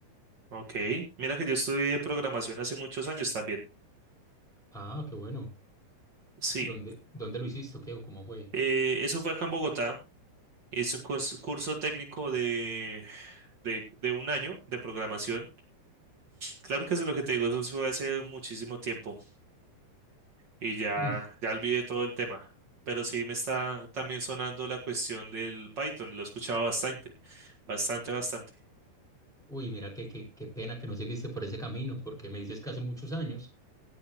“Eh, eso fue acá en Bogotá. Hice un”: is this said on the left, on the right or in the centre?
Right